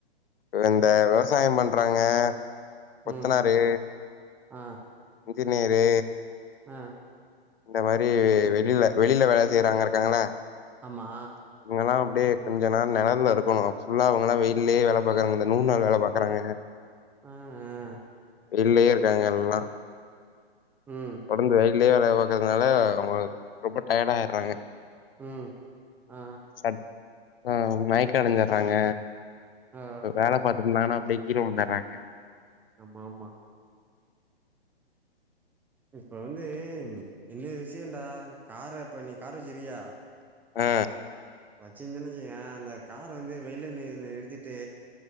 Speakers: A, on the left; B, in the centre.
A: இவ இந்த விவசாய பண்றாங்க கொத்தனாரு
B: ம், ஆ
A: இன்ஜினியரு
B: அ
A: இந்த மாரி வெளில வெளில வேல செய்றவ்ங்க இருக்காங்கள
B: ஆமா
A: அவ்ங்கலா அப்டியே கொஞ்ச நேர நெனல்ல இருக்கணு ஃபுல்லா அவ்ங்கலா வெயிலயே
B: ம்,
A: வேலப் பாக்குறாங்க இந்த நூறு நாள் வேல பாக்குறாங்க
B: ம் ம்
A: வெள்லயே இருக்காங்க எல்லா
B: ம்,
A: தொடர்ந்து வெயி ல்லே வேல பாக்கறதுனால அவ்ங்களா ரொம்ப டயர்ட் ஆயிட்றாங்க
B: ம் ஆ,
A: சட் ஆ மயக்க அடஞ்சிற்றாங்க
B: ஆ, ஆ,
A: வ வேல பாத்துருந்தாங்கனா அப்டி கீழ விழுந்துட்றாங்க
B: ஆமா ஆமா இப்ப வந்து ரெண்டு விசியண்டா கார இப்ப நீ காரு வச்சிரிக்கியா
A: ஆ
B: வச்சிருந்தனு வச்சுக்கயே அந்த கார வந்து வெளில நீ நிறுத்திட்டு